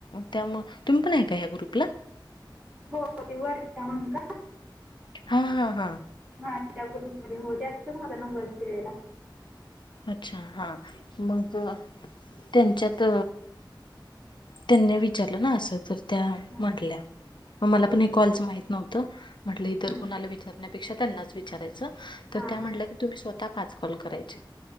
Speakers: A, on the left; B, on the right.
A: त्यामु तुम्ही पण आहे का ह्या ग्रुपला?
B: हो ती वर्षां म्हणून का?
A: हा हा हा.
B: हां त्या ग्रुप हो त्यातच माझा नंबर <unintelligible>
A: अच्छा हा मग त्यांच्यात त्यांनी विचारलं ना असं तर त्या
B: हां
A: म्हटल्या. मग मला
B: होय
A: पण हे कॉलचं
B: का
A: माहित नव्हतं म्हटलं इतर
B: हं.
A: कुणाला विचारण्यापेक्षा त्यांनाच विचारायचं तर
B: हां
A: त्या
B: हां
A: म्हटल्या की तुम्ही स्वतः पाच कॉल करायचे.